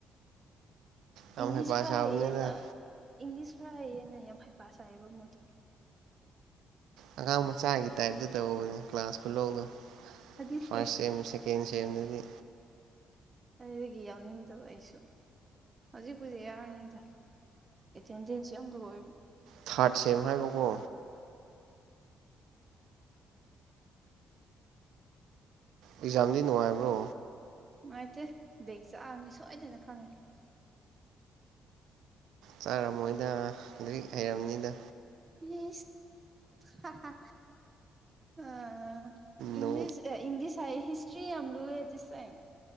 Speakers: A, on the right (about 80°); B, on the right (about 25°).
A: ꯌꯥꯝ
B: ꯏꯪꯂꯤꯁ
A: ꯍꯩꯄꯥ
B: ꯐꯔ
A: ꯁꯥꯕꯅꯤꯅ
B: ꯍꯥꯏꯌꯦꯅ ꯏꯪꯂꯤꯁ ꯐꯔ ꯍꯥꯏꯌꯦꯅ ꯌꯥꯝ ꯐꯩ ꯄꯁꯥꯌꯦꯕ ꯃꯣꯏꯗꯨ
A: ꯑꯉꯥꯡ ꯃꯆꯥꯒꯤ ꯇꯥꯏꯞꯇ ꯇꯧꯕꯅꯦ ꯀ꯭ꯂꯥꯁ ꯈꯨꯜꯂꯧꯗꯣ
B: ꯑꯗꯨꯗꯤ
A: ꯐꯥꯔꯁ ꯁꯦꯝ ꯁꯦꯀꯦꯟ ꯁꯦꯝꯗꯨꯗꯤ
B: ꯑꯗꯨꯗꯒꯤ ꯌꯥꯎꯅꯤꯡꯗꯕ ꯑꯩꯁꯨ ꯍꯧꯖꯤꯛꯄꯨꯗꯤ ꯌꯥꯎꯔꯤꯅꯤꯗ ꯑꯦꯇꯦꯟꯗꯦꯟꯁ ꯌꯥꯝ ꯂꯣꯏ
A: ꯊꯥꯔꯠ ꯁꯦꯝ ꯍꯥꯏꯕ ꯀꯣ ꯑꯦꯛꯖꯥꯝꯗꯤ ꯅꯨꯡꯉꯥꯏꯕ꯭ꯔꯣ
B: ꯅꯨꯡꯉꯥꯏꯇꯦ ꯕꯦꯛ ꯆꯥꯛꯑꯅꯤ ꯁꯣꯏꯗꯦꯅ ꯈꯪꯉꯦ
A: ꯆꯥꯔꯝꯃꯣꯏꯗ ꯍꯧꯖꯤꯛ ꯍꯩꯔꯝꯅꯤꯗ
B: ꯏꯁ ꯍꯥ ꯍꯥ ꯑ ꯏꯪꯂꯤꯁ
A: ꯅꯣ
B: ꯏꯪꯂꯤꯁ ꯍꯥꯏ ꯍꯤꯁ ꯇꯔꯤ ꯌꯥꯝ ꯂꯨꯋꯦ ꯗꯤꯁ ꯇꯥꯏꯝ